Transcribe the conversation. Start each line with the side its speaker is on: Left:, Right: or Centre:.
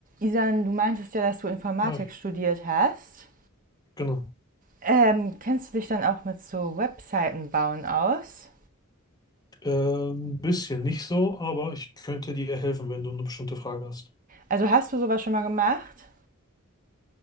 Right: Isan, du meintest ja, dass du Informatik
Left: Hi,
Right: studiert hast.
Left: genau.
Right: Ähm, kennst du dich dann auch mit so Webseiten bauen aus?
Left: Äh, ein bisschen nicht so, aber ich könnte dir helfen, wenn du eine bestimmte Frage hast.
Right: Also hast du sowas schon mal gemacht?